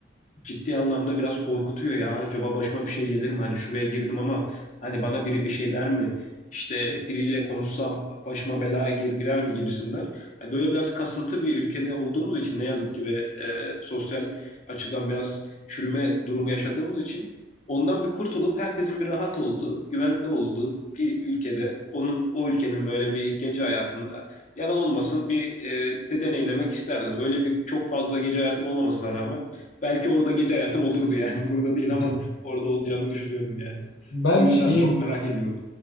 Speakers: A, on the left; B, on the left.
A: ciddi anlamda biraz korkutuyor ya. Acaba başıma bir şey gelir mi? Hani şuraya girdim ama hani bana biri bir şey der mi? İşte biriyle konuşsam başıma bela gir- girer mi gibisinden. Yani böyle biraz kasıntı bir ülkede olduğumuz için ne yazık ki ve e, sosyal açıdan biraz çürüme durumu yaşadığımız için ondan bir kurtulup herkesin bir rahat olduğu, güvende olduğu bir ülkede onun o ülkenin böyle bir gece hayatında yalan olmasın bir e, de deneyimlemek isterdim. Öyle bir çok fazla gece hayatım olmamasına rağmen Belki orada gece hayatım olurdu yani. <laughs> Burada değil
B: <laughs>
A: ama orada olacağını düşünüyorum yani.
B: Ben
A: O yüzden
B: şeyi
A: çok merak ediyorum.